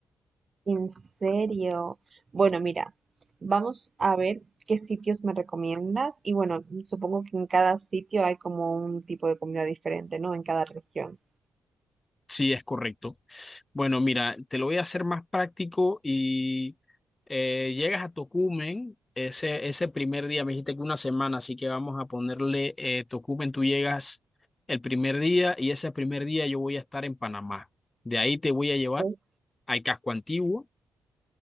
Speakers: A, on the right; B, on the left.
A: En serio. Bueno, mira, vamos a ver qué sitios me recomiendas y bueno, supongo que en cada sitio hay como un tipo de comida diferente, ¿no? En cada región.
B: Sí, es correcto. Bueno, mira, te lo voy a hacer más práctico y eh, llegas a Tocumen. Ese, ese primer día, me dijiste que una semana, así que vamos a ponerle eh, Tocumen, tú llegas el primer día y ese primer día yo voy a estar en Panamá. De ahí te voy a llevar
A: Ok.
B: hay casco antiguo,